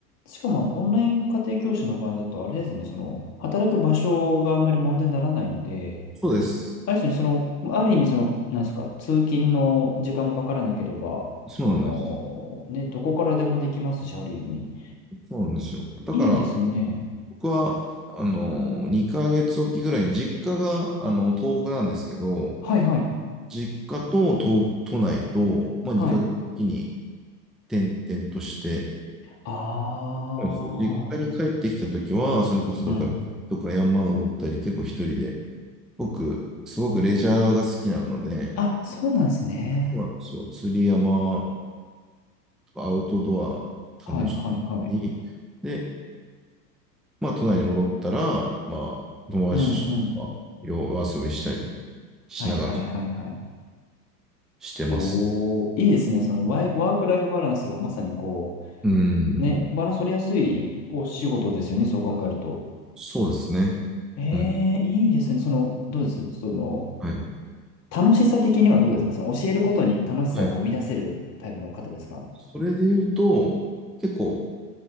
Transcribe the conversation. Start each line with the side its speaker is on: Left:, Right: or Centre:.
Left: しかもあの、オンライン家庭教師の場合だと、あれですね、その、働く場所があんまり問題にならないので、
Centre: そうです。
Left: あれですよね、その、ある意味、その、なんですか、通勤の時間もかからなければ、
Centre: そうなんです。
Left: この、ね、どこからでもできますし、ある意味。
Centre: そうなんですよ。だから、
Left: いいですね。
Centre: 僕は、あの、2ヶ月おきぐらいに実家が、あの、東北なんですけど、
Left: はいはい。
Centre: 実家と都、都内と、まあ、
Left: はい。
Centre: 2ヶ月おきに転々として、
Left: ああ、
Centre: そうです実家に帰ってきたときは、それこそだから、
Left: うん。
Centre: とか山登ったり、結構一人で僕、すごくレジャーが好きなので、
Left: あ、そうなんですね。
Centre: そうなんですよ。釣り山とかアウトドア
Left: はいはいはい。
Centre: 楽しんだり、で、まあ、都内に戻ったら、まあ、友達と夜遊びしたり
Left: うんうん。
Centre: しながら
Left: はいはいはいはい。
Centre: してます。
Left: おー、いいですね。そのワイ、ワークライフバランスがまさにこ
Centre: うん、
Left: う、ね、バランス取りやすいお仕事ですよね。そう考えると。
Centre: そうですね。
Left: えー、
Centre: うん、
Left: いいですね。その、どうですその、
Centre: はい。
Left: 楽しさ的にはどうですかその教えることに楽しさをこう見出せるタイプの方ですか
Centre: はい。それで言うと、結構、